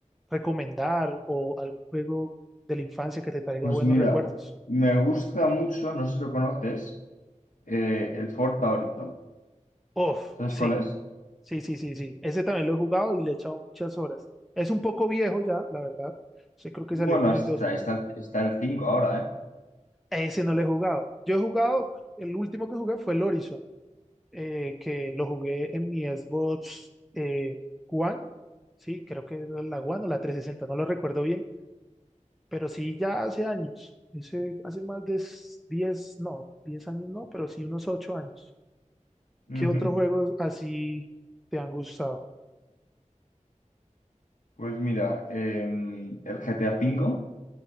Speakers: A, in the centre; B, on the left.
A: recomendar o algún juego de la infancia que te traiga
B: Pues
A: buenos
B: mira,
A: recuerdos?
B: me gusta mucho, no sé si lo conoces, eh, el Ford Horizon.
A: Uf,
B: ¿Sabes
A: sí,
B: cuál es?
A: sí, sí, sí, sí. Ese también lo he jugado y le he echado muchas horas. Es un poco viejo ya, la verdad. Yo creo que
B: Bueno,
A: salió como
B: está,
A: en el
B: está, está el 5 ahora, ¿eh?
A: Ese no lo he jugado. Yo he jugado, el último que jugué fue el Horizon, eh, que lo jugué en mi Xbox eh, One, sí, creo que era la One o la 360, no lo recuerdo bien, pero sí ya hace años, ese, hace más de s- 10, no, 10 años no, pero sí unos 8 años.
B: Ujú.
A: ¿Qué otros juegos así te han gustado?
B: Pues mira, em, el GTA cinco